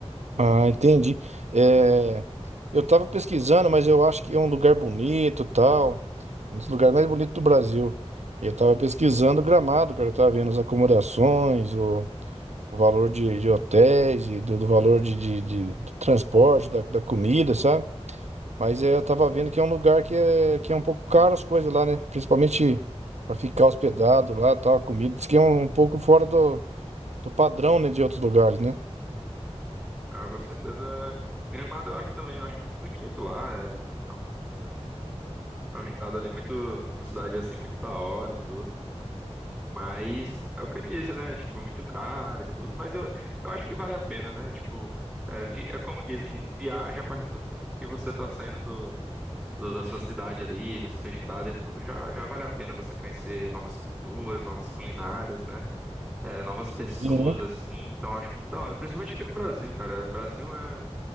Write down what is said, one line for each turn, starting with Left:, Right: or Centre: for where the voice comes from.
Right: Ah, entendi. É, eu tava pesquisando, mas eu acho que é um lugar bonito, tal, um dos lugares mais bonitos do Brasil. Eu tava pesquisando Gramado, cara, eu tava vendo as acomodações, o, o valor de, de hotéis e do, do valor de, de, de- do transporte, da, da comida, sabe? Mas é, eu tava vendo que é um lugar que é, que é um pouco caro as coisas lá, né? Principalmente para ficar hospedado lá, tal, a comida. Diz que é um, um pouco fora do, do padrão, né, de outros lugares, né?
Centre: Ah, com certeza, Gramado eu acho também, eu acho muito bonito lá. É, é um, é um estado ali muito, uma cidade assim muito da hora e tudo. Mas é o que eu disse, né? Tipo, é muito caro e tudo, mas eu, eu acho que vale a pena, né? Tipo, é, vi- é como dizem, viaja a partir do momento que você tá saindo do, do- da sua cidade ali, do seu estado e tudo, já, já vale a pena você conhecer novas culturas, novas culinárias, né? É, novas pessoas,
Right: Sim.
Centre: assim, então eu acho muito da hora. Principalmente aqui no Brasil, cara. Brasil é